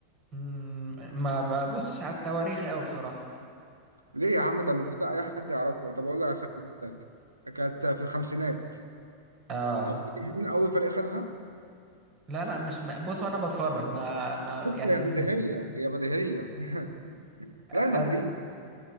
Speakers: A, on the right; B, on the right.
A: مم، ما ببصش على التواريخ أوي بصراحة
B: ليه يا عم ده المفروض ده اي حد يعرفه طب اقول لك على سنة- أقول لك كانت في الخمسينات
A: اه
B: طب فاكر مين اول فريق خدها؟
A: لا لا مش ما... بص انا بتفرج ما ما
B: بص
A: يعني
B: هي
A: مش
B: بديهيه هي بديهيه <laughs>
A: أ-
B: ريال مدريد